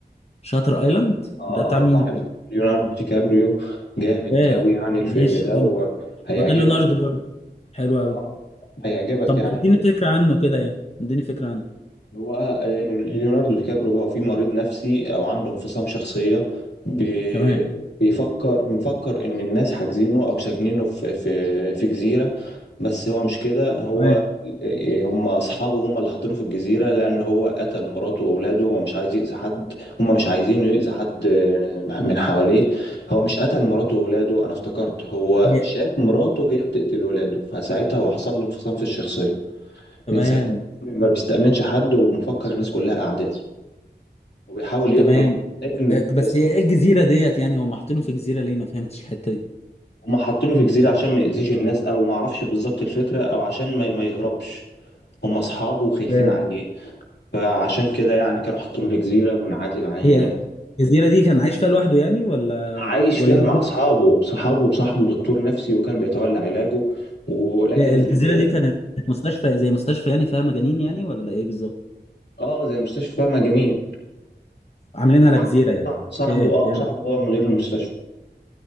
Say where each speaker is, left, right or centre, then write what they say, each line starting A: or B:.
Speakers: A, on the left; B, on the left.
A: شاتر ايلاند
B: اه
A: ده بتاع
B: اه بتاع
A: مين ده
B: ليوناردو دي كابريو جامد
A: آه،
B: قوي يعني الفيلم
A: ماشي
B: ده
A: حلو.
B: وهيعجبك
A: ده ليوناردو ليوناردو حلو
B: آه.
A: قوي
B: هيعجبك
A: طب
B: يعني
A: اديني
B: الفيلم.
A: فكرة عنه كده يعني اديني فكرة عنه
B: هو آه، ليوناردو دي كابريو هو في مريض نفسي او عنده انفصام شخصيه بي-
A: تمام
B: بيفكر مفكر ان الناس حاجزينه او ساجنينه في في في جزيره بس هو مش كده هو
A: تمام
B: آه، آه، هم اصحابه هم اللي حاطينه في الجزيره لان هو قتل مراته واولاده ومش عايز يأذي حد هم مش عايزينه يأذي حد آه، من حواليه هو مش قتل مراته واولاده انا افتكرت هو
A: هي-
B: شاف مراته هي بتقتل ولاده فساعتها هو حصل له انفصام في الشخصيه
A: تمام
B: من ساعتها ما بيستأمنش حد ومفكر الناس كلها أعداء وبيحاول يهرب
A: تمام
B: من السجن
A: آه، طب بس
B: بس
A: هي ايه الجزيرة ديت يعني هم حاطينه في جزيرة ليه ما فهمتش الحتة دي
B: هما حاطينه في جزيرة عشان ما يأذيش الناس أو ما أعرفش بالظبط الفكرة أو عشان ما, ما يهربش هما أصحابه وخايفين
A: آه.
B: عليه فعشان كده يعني كانوا حاطينه في جزيرة منعزل عن الناس
A: هي الجزيرة دي كان عايش فيها لوحده يعني ولا
B: عايش
A: ولا
B: فيها
A: الجزيرة
B: مع أصحابه صحابه وصاحبه دكتور نفسي وكان بيتولى علاجه ولكن
A: آه، الجزيرة
B: في الفيلم
A: دي كانت مستشفى زي مستشفى يعني فيها مجانين يعني ولا ايه بالظبط
B: آه زي مستشفى مجانية
A: عاملينها
B: وصاحبه
A: لجزيرة يعني
B: صاحبه
A: اوكي
B: آه
A: فهمت.
B: صاحبه هو مدير المستشفى